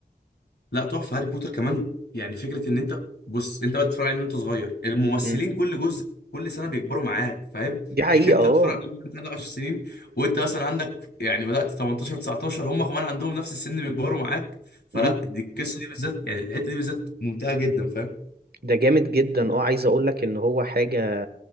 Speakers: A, on the left (about 70°); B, on the right (about 65°).
A: لا تحفه هاري بوتر كمان يعني فكره ان انت بص انت بقى بتتفرج عليه من وانت صغير الممثلين
B: امم
A: كل جزء كل سنه بيكبروا معاك فاهم
B: دي
A: <laughs>
B: حقيقة
A: يعني انت
B: اه
A: تتفرج عليهم وانت عندك 10 سنين وانت مثلا عندك يعني بدات 18 19 هم كمان عندهم نفس السن بيكبروا معاك فلا
B: امم
A: دي القصه دي بالذات يعني الحته دي بالذات ممتعه جدا فاهم
B: ده جامد جدا اه عايز اقول لك ان هو حاجة